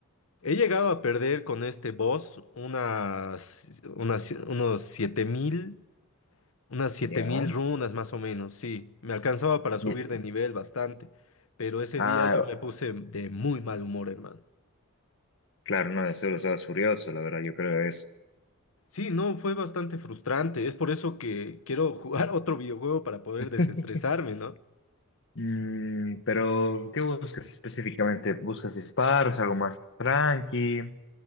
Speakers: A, on the left (about 70°); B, on the left (about 60°).
A: He llegado a perder con este boss unas, unas, unos 7000. Unas siete
B: Ya.
A: mil runas más o menos, sí. Me alcanzaba para subir
B: Y-
A: de nivel bastante, pero ese
B: Ah,
A: día yo me puse de muy mal humor, hermano.
B: claro, no, eso lo estabas furioso, la verdad, yo creo eso.
A: Sí, no, fue bastante frustrante. Es por eso que quiero jugar <laughs> otro videojuego para poder
B: <laughs>
A: desestresarme, ¿no?
B: Mm, pero, ¿qué buscas específicamente? ¿Buscas disparos, algo más tranqui?